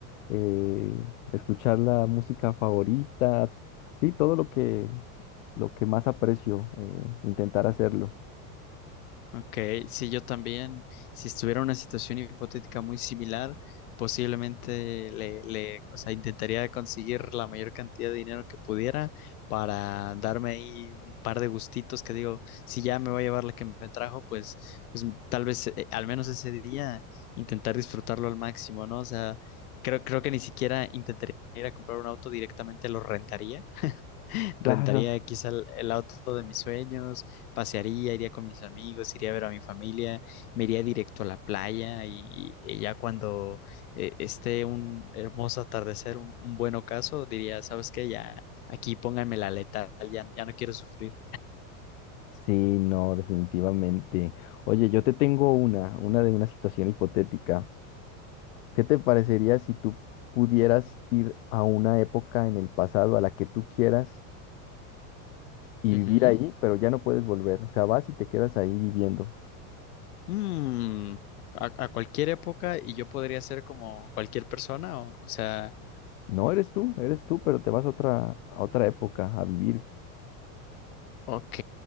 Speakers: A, on the left (about 65°); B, on the left (about 85°).
A: eh, escuchar la música favorita, sí, todo lo que, lo que más aprecio, eh, intentar hacerlo.
B: Ok, sí, yo también, si estuviera en una situación hipotética muy similar, posiblemente le, le, o sea, intentaría conseguir la mayor cantidad de dinero que pudiera para darme ahí un par de gustitos que digo, si ya me voy a llevar la que me trajo, pues, pues tal vez eh, al menos ese día intentar disfrutarlo al máximo, ¿no? O sea, creo, creo que ni siquiera intentaría ir a comprar un auto directamente, lo rentaría Rentaría
A: Claro.
B: quizá el, el auto de mis sueños, pasearía, iría con mis amigos, iría a ver a mi familia, me iría directo a la playa y, y ya cuando eh, esté un hermoso atardecer, un, un buen ocaso, diría, ¿sabes qué? Ya aquí pónganme la letal, ya, ya no quiero sufrir.
A: Sí, no, definitivamente. Oye, yo te tengo una, una de una situación hipotética. ¿Qué te parecería si tú pudieras ir a una época en el pasado a la que tú quieras y
B: Ujú.
A: vivir ahí, pero ya no puedes volver? O sea, vas y te quedas ahí viviendo.
B: Mm, a, a cualquier época y yo podría ser como cualquier persona, o, o sea,
A: No eres tú, eres tú, pero te vas a otra, a otra época a vivir.
B: ok,